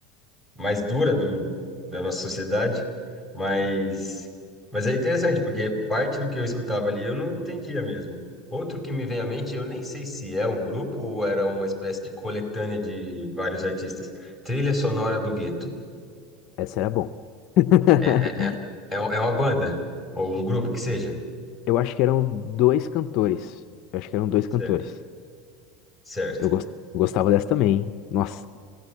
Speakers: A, in the centre; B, on the left.
A: mais dura do, da nossa sociedade, mas, mas é interessante, porque parte do que eu escutava ali eu não entendia mesmo. Outro que me vem à mente, eu nem sei se é um grupo ou era uma espécie de coletânea de vários artistas, Trilha Sonora do Gueto.
B: Essa era bom. <laughs>
A: É, é, é, é é uma banda, ou um grupo que seja.
B: Eu acho que eram dois cantores. Eu acho que eram dois
A: Certo.
B: cantores.
A: Certo.
B: Eu gos- eu gostava dessa também, hein? Nossa.